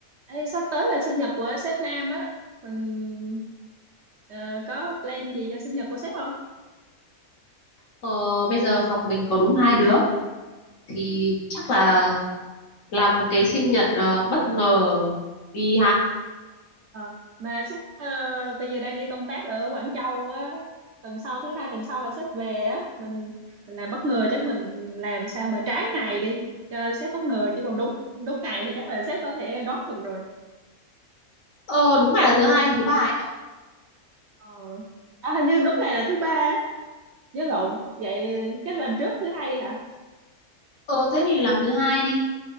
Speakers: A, on the right; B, on the left.
A: Ê, sắp tới là sinh nhật của sếp Nam á mình ờ, có plan gì cho sinh nhật của sếp không
B: Ờ, bây giờ phòng mình có đúng hai đứa thì chắc là làm một cái sinh nhật ờ, bất ngờ đi
A: Ừ.
B: ha.
A: Ờ, mà sếp ờ, bây giờ đang đi công tác ở Quảng Châu á tuần sau thứ hai tuần sau là sếp về á mình mình làm bất ngờ chắc mình làm sao mà trái ngày đi cho sếp bất ngờ chứ còn đúng đúng ngày thì chắc là sếp có thể đón được rồi
B: Ờ đúng ngày là thứ hai, thứ ba ấy nhỉ?
A: ờ. à, hình như đúng ngày là thứ ba á nhớ lộn vậy chắc làm trước thứ hai đi hả
B: Ờ thế thì làm thứ hai đi.